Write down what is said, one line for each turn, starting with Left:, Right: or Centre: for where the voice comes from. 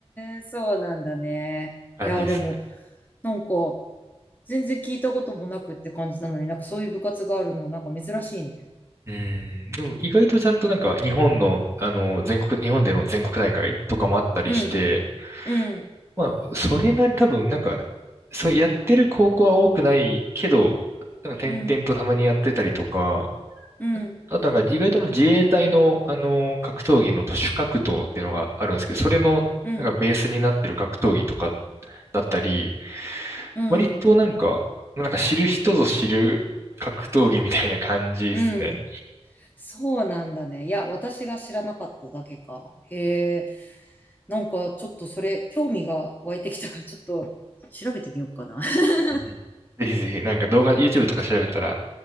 Left: え、そうなんだね。
Right: <laughs> 感じですね。
Left: いや、でも、なんか、全然聞いたこともなくって感じなのに、なんかそういう部活があるの、なんか珍しいね。
Right: うん。でも意外とちゃんとなんか日本の、あの、全国、日本での全国大会とかもあったりして、
Left: うん、うん、
Right: まあ、それなり多分なんか、そうやってる高校は多くないけど、なんか点々とたまにやってたりとか、
Left: うん、うん、
Right: あとなんか意外とあの自衛隊の、あの格闘技の徒手格闘っていうのがあるんですけど、それのなんかベースになってる格闘技とか
Left: うん、
Right: だったり、
Left: うん、
Right: 割となんか、なんか知る人ぞ知る格闘技みたいな感じですね。
Left: うん。そうなんだね。いや、私が知らなかっただけか。へえ。なんか、ちょっとそれ、興味が湧いてきたから、ちょっと調べてみようかな。<laughs>
Right: うんうんぜひぜひ、なんか動画、YouTube とか調べたら、